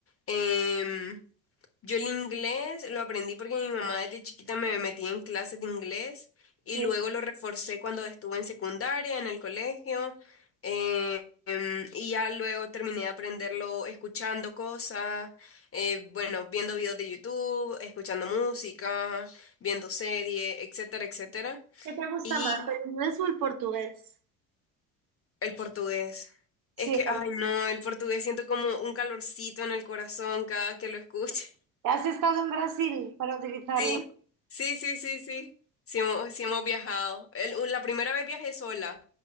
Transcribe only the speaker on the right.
Sí.
¿Qué te gusta
más, el inglés o el portugués?
Sí,
bueno,
has estado en Brasil para utilizarlo.